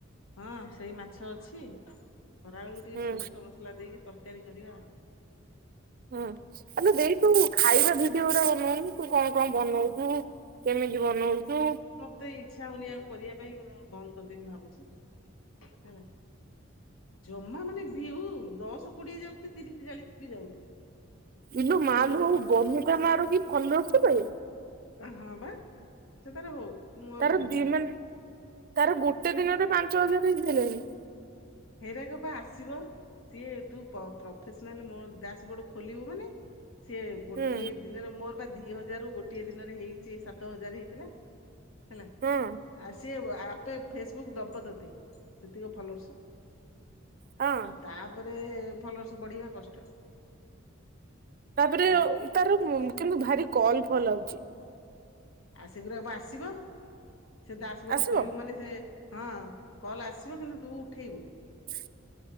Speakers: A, on the left; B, on the right.
A: ହଁ ସେଇ ମାଛ ଅଛି ଖରାବେଳକୁ ଟିକେ
B: ହୁଁ
A: ସୋରିଷ ମସଲା ଦେଇକି ତରକାରୀ କରିବା ଆଉ।
B: ହୁଁ ଆଲେ
A: ହଁ।
B: ଦେଇ ତୁ ଖାଇବା ଭିଡିଓ ଗୁରା ବନଉନୁ ତୁ କଣ କଣ ବନଉ ଚୁ କେମିତି ବନଉଛୁ।
A: ତ ଇଚ୍ଛା ହଉନି ଆଉ କରିବା ପାଇଁ ମୁଁ ବନ୍ଦ କରିଦେମି ଭାବୁଛି ହେଲା। ଜମା ମାନେ ଭିଉ ଦଶ କୋଡିଏ ଯାଉଛି ତିରିଶ ଚାଳିଶ ବି ଯାଉନି।
B: ଇଲୋ ମାଲୋ
A: ଏରା ଜ
B: ବନିତା ମାର କି ଫଲର୍ଷ ବେ।
A: ହଁ ବା ସେ ତାର ହଉ। ମୁଁ ଆଉ
B: ତାର
A: କରିବିନି।
B: ଦିମାନ ତାର ଗୋଟେ ଦିନରେ ପାଞ୍ଚ ହଜାର ହେଇସାରିଲେଣି।
A: ହେଇରାକ ପା ଆସିବ ସିଏ ତୁ ପ୍ରଫେସନାଲି ମୋ ଡ୍ୟାସ ବୋର୍ଡ ଖୋଲିବୁ ମାନେ ସିଏ ଗୋଟିଏ
B: ହୁଁ
A: ଦିନରେ ମୋର ବା ଦି ହଜାରରୁ ଗୋଟିଏ ଦିନରେ ହେଇଛି ସାତ ହଜାର ହେଇଥିଲା ହେଲା।
B: ହଁ।
A: ଆ ସିଏ ଆପେ ଫେସବୁକ୍ ଦବତତେ। ସେତିକ ଫଲର୍ସ
B: ହଁ।
A: ଆଉ ତାପରେ ଫଲର୍ସ ବଢିବା କଷ୍ଟ।
B: ତାପରେ
A: ହେଲା
B: ତାର କିନ୍ତୁ ଭାରି କଲ୍ ଫଲ୍ ଆଉଛି।
A: ଆ ସେଗୁଡ଼ାକପା ଆସିବ ସେ ଦାସ ବୋଡ
B: ଆସିବ?
A: ଖୋଲିବୁ ମାନେ ସେ ହଁ କଲ ଆସିବ କିନ୍ତୁ ତୁ ଉଠେଇବୁନୁ।
B: ହ